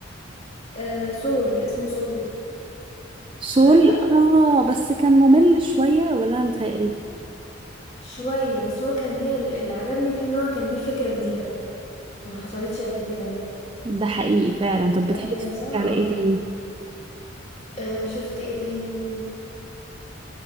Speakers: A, on the left; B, on the right.
A: أه سول اسمه سول
B: سول
A: عارفه
B: اه بس كان ممل شوية ولا انا متهيألي
A: شويه بس هو كان هي ال- اللي عجبني فيه ان هو كان ليه فكره جديده ما حصلتش قبل كده يعني
B: ده حقيقي فعلا طب بتحبي
A: عارفين
B: تتفرجي
A: يا ساره
B: على ايه
A: اه
B: تاني
A: آه، شفت ايه تاني